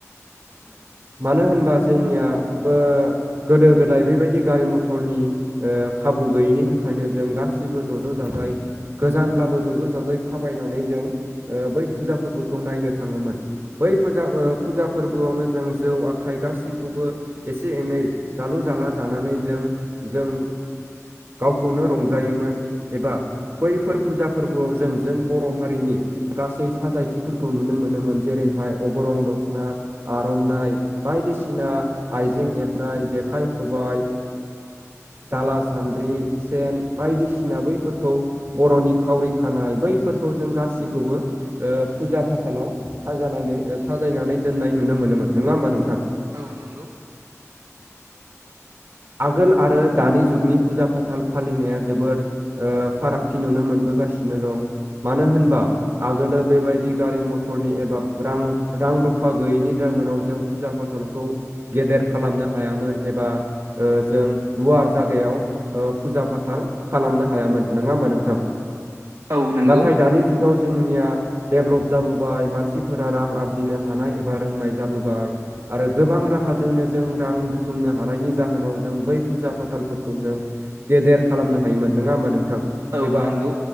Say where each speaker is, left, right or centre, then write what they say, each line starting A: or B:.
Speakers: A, on the right (about 55°); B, on the right (about 75°).
A: मानो होनबा जोंनिया बो गोदो गोदाय बेबायदि गारि मथरनि ओ खाबु गैयैनि थाखायनो जों गासैबो ज' ज' जाजाय गोजानब्लाबो ज'ज' जाजाय थाबायनानै जों बै फुजा फोरबोखौ नायनो थाङोमोन। बै फुजा फुजा फोरबोआवनो जों जौ आखाइ गासैखौबो एसे एनै जालु जाला जानानै जों जों गावखौनो रंजायोमोन एबा बैफोर फुजा फोरबोआव जों जों बर हारिनि गासै साजायथिफोरखौ नुनो मोनोमोन जेरैहाय अग्रं दख'ना आरनाइ बायदिसिना आइजें हेबनाय जेखाइ खबाय दाला सान्द्रि सेन बायदिसिना बैफोरखौ बर'नि खावरि खानाय बैफोरखौ जों गासिबखौबो फुजा फाथालाव साजालायनो ओ साजायनानै दोननाय नुनो मोनोमोन नङा होमबा नोंथां?
B: औ नंगौ।
A: आगोल आरो दानि जुगनि फुजा फाथाल फालिनाया जोबोर फारागथि नुनो मोनबोगासिनो दं मानो होनबा आगोलो बेबायदि गारि मटरनि एबा रां रां दफा गैयैनि जाहोनाव जों फुजा फाथ थालखौ गेदेर खालामनो हायामोन एबा जों गुवार जागायाव फुजा फाथाल खालामनो हायामोन नङा होमबा नोंथां?
B: औ नंगौ औ नंगौ
A: नाथाय दानि जुगाव जोंनिया डेभ्लप जाबोबाय मानसिफोरा रां आरजिनो हानाय एबा रोंनाय जाबोबाय आरो गोबां राहा जोंनो जों रां बुथुमनो हानायनि जाहोनाव जों बै फुजा फाथालफोरखौ जों गेदेर खालामनो हायोमोन नङा होमबा नोंथां
B: औ
A: एबा
B: नंगौ